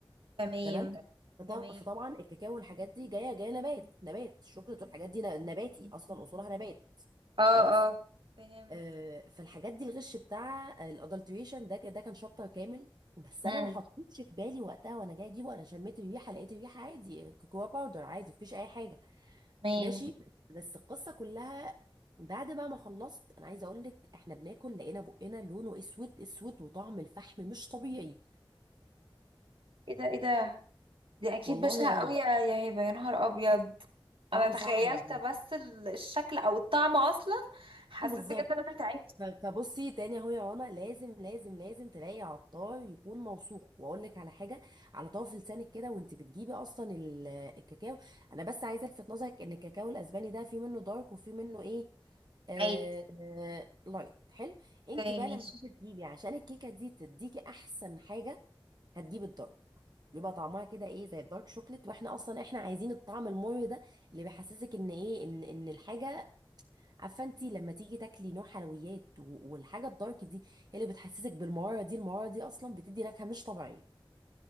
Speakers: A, on the right (about 75°); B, on the right (about 50°).
A: تمام
B: تمام فطب-
A: تمام
B: فطبعا الكاكاو والحاجات دي جايه جايه نبات نبات الشوكولاته والحاجات دي ن- نباتي اصلا اصولها نبات
A: اه
B: خلاص
A: اه فهمت
B: آه، فالحاجات دي الغش بتاع الادلتريشن ده ك- ده كان شابتر كامل بس
A: امم
B: انا ما حطيتش في بالي وقتها وانا جايه اجيبه انا شميت الريحه لقيت الريحه عادي كوكو باودر عادي مفيش اي حاجه
A: تمام
B: ماشي بس القصه كلها بعد بقى ما خلصت انا عايزه اقول لك احنا بناكل لقينا بقنا لونه اسود اسود وطعم الفحم مش طبيعي
A: ايه ده ايه ده دي اكيد
B: والله
A: بشعة
B: يا رنا
A: قوي يا يا هبة يا نهار ابيض
B: طعمه
A: انا تخيلت
B: صعب جدا
A: بس ال- الشكل او الطعم اصلا حسيت
B: <laughs> بالظبط
A: بجد ان انا تعبت
B: ف- فبصي تاني اهو يا رنا لازم لازم لازم تلاقي عطار يكون موثوق واقول لك على حاجه على طرف لسانك كده وانت بتجيبي اصلا ال- الكاكاو انا بس عايزه الفت نظرك ان الكاكاو الاسباني ده في منه دارك وفي منه ايه آه
A: عادي
B: آه لايت حلو انت
A: اوكي
B: بقى
A: ماشي
B: لما تيجي تجيبي عشان الكيكه دي تديكي احسن حاجه هتجيبي الدارك بيبقى طعمها كده ايه زي الدارك شوكليت واحنا اصلا احنا عايزين الطعم المر ده اللي بيحسسك ان ايه ان ان الحاجه عارفه انت لما تيجي تاكلي نوع حلويات و- والحاجه الدارك دي هي اللي بتحسسك بالمراره دي المراره دي اصلا بتدي نكهه مش طبيعيه